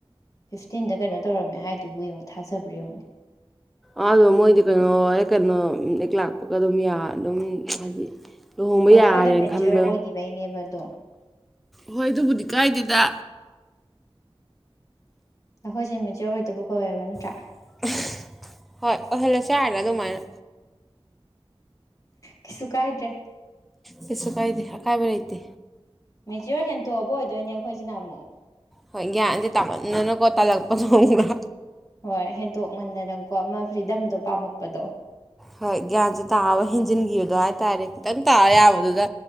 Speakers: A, on the left (about 35°); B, in the centre.
A: ꯐꯤꯐꯇꯤꯟꯗ ꯀꯩꯅꯣ ꯇꯧꯔꯝꯃꯦ ꯍꯥꯏꯗꯨꯕꯨ ꯌꯦꯡꯉꯣ ꯊꯥꯖꯕ꯭ꯔꯥ ꯌꯦꯡꯉꯣꯅꯦ
B: ꯑꯣ ꯃꯣꯏꯗꯤ ꯀꯩꯅꯣ ꯍꯦꯛ ꯀꯩꯅꯣ ꯍꯦꯛ ꯂꯥꯛꯄꯒ ꯑꯗꯨꯝ ꯌꯥ ꯑꯗꯨꯝ ꯍꯥꯏꯗꯤ ꯂꯨꯍꯣꯡꯕ
A: ꯋꯥꯈꯜꯗ
B: ꯌꯥꯔꯦꯅ
A: ꯃꯦꯆꯤꯌꯣꯔ
B: ꯈꯟꯕ
A: ꯑꯣꯏꯈꯤꯕꯩꯅꯦꯕ ꯑꯗꯣ
B: ꯍꯣꯏ ꯑꯗꯨꯕꯨꯗꯤ ꯀꯥꯏꯗꯦꯗ
A: ꯑꯩꯈꯣꯏꯁꯦ ꯃꯦꯆ꯭ꯌꯣꯔ ꯑꯣꯏꯗꯕ ꯀꯧꯋꯦꯕ ꯅꯠꯇ꯭ꯔꯥ
B: <unintelligible> ꯍꯣꯏ ꯑꯣꯏꯍꯜꯂꯁꯦ ꯍꯥꯏꯔ ꯑꯗꯨꯃꯥꯏꯅ
A: ꯀꯩꯁꯨ ꯀꯥꯏꯗ꯭ꯔꯦ
B: ꯀꯩꯁꯨ ꯀꯥꯏꯗꯦ ꯑꯀꯥꯏꯕ ꯂꯩꯇꯦ
A: ꯃꯦꯆ꯭ꯌꯣꯔ ꯍꯦꯟ ꯇꯣꯛꯑꯕ ꯑꯣꯏꯗꯣꯏꯅꯦ ꯑꯩꯈꯣꯏꯁꯤꯅ ꯑꯃꯨꯛ
B: ꯍꯣꯏ ꯒ꯭ꯌꯥꯟꯁꯦ ꯇꯥꯃꯟꯗꯅꯀꯣ ꯇꯜꯂꯛꯄꯗꯨ ꯈꯪꯕ꯭ꯔꯥ
A: ꯍꯣꯏ ꯍꯦꯟꯇꯣꯛ ꯃꯟꯗꯅꯀꯣ ꯑꯃ ꯐ꯭ꯔꯤꯗꯝꯗꯣ ꯄꯥꯝꯃꯛꯄꯗꯣ
B: ꯍꯣꯏ ꯒ꯭ꯌꯥꯟꯁꯦ ꯇꯥꯕ ꯍꯦꯟꯖꯤꯟꯈꯤꯕꯗꯣ ꯍꯥꯏ ꯇꯥꯔꯦ ꯈꯤꯇꯪ ꯇꯥꯕ ꯌꯥꯕꯗꯨꯗ